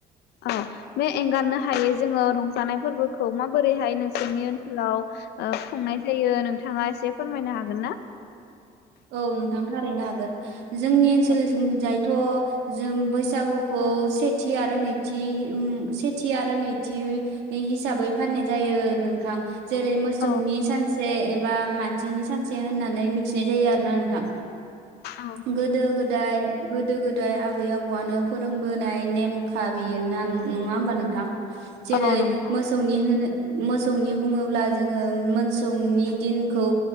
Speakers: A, on the left; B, on the right.
A: औ बे एंगारनो हायो जोङो रंजानाय फोरबोखौ माबोरैहाय नोंसोरनि ओनसोलाव अ खुंनाय जायो नोंथाङा एसे फोरमायनो हागोन ना?
B: औ नोंथां थारैनो हागोन जोंनि ओनसोलथिंजाय
A: औ
B: थ' जों बैसागुखौ सेथि आरो नैथि उम सेथि आरो नैथि हिसाबै फालिनाय जायो नों थां जेरै मोसौनि
A: औ
B: सानसे एबा मानसिनि सानसे होननानै मिथिनाय जायो आरो ना नोंथां
A: औ
B: गोदो गोदाय गोदो गोदाय आबै आबौआनो फोरोंबोनाय नेमखा बेयोना नङा होमबा नोंथां? जेरै
A: औ नंगौ
B: मोसौनि होनो मोसौनि बुङोब्ला जोङो मोसौनि दिनखौ